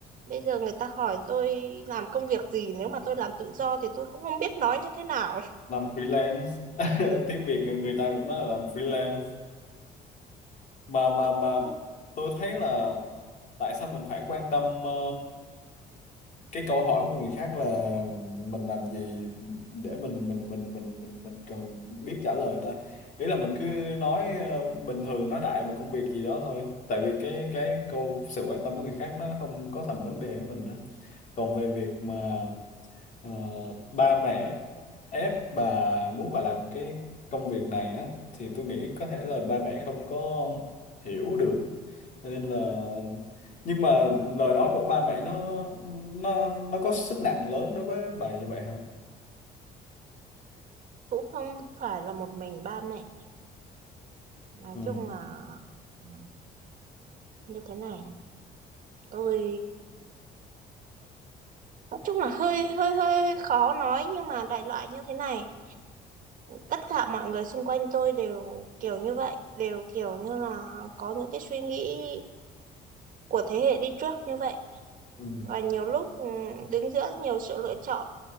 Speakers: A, on the right; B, on the left.
A: bây giờ người ta hỏi tôi làm công việc gì nếu mà tôi làm tự do thì tôi cũng không biết nói như thế nào
B: làm freelance. <laughs> Tiếng Việt người ta cũng nói là làm freelance. mà mà
A: Ờ,
B: mà
A: tôi không
B: tôi thấy là tại sao mình phải quan tâm ờ, cái câu hỏi của người khác là mình làm gì để mình mình mình mình mình mình cần biết trả lời ta ý là mình cứ nói ờ, bình thường nói đại một công việc gì đó thôi tại vì cái cái câu sự quan tâm của người khác nó không có thành vấn đề với mình á còn về việc mà Ờ, ba mẹ ép bà muốn bà làm cái công việc này á thì tôi nghĩ có thể là ba mẹ không có hiểu được Cho nên là nhưng mà lời nói của ba mẹ nó nó nó có sức nặng lớn đối với bà như vậy hả?
A: cũng không phải là một mình ba mẹ nói
B: Ừ.
A: chung là ừ, như thế này tôi nói chung là hơi hơi hơi khó nói nhưng mà đại loại như thế này tất cả mọi người xung quanh tôi đều kiểu như vậy đều kiểu như là có những cái suy nghĩ của thế hệ đi trước như vậy
B: Ừ.
A: và nhiều lúc ừ, đứng giữa nhiều sự lựa chọn